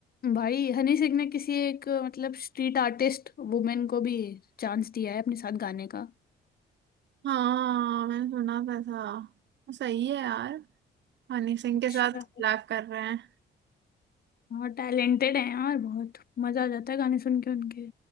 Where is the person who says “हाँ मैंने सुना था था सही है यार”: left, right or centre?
Right